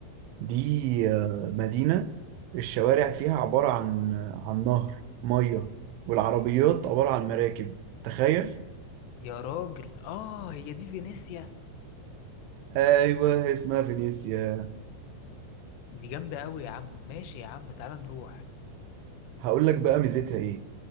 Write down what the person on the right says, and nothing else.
دي آه، مدينة الشوارع فيها عبارة عن آه، عن نهر مية والعربيات عبارة عن مراكب تخيل
ايوه اسمها فينيسيا
هقول لك بقى ميزتها ايه